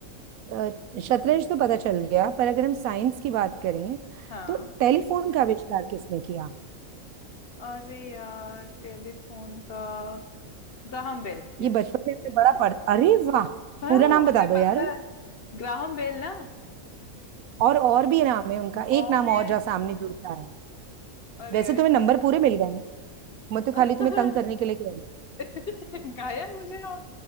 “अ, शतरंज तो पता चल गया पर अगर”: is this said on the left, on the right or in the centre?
Right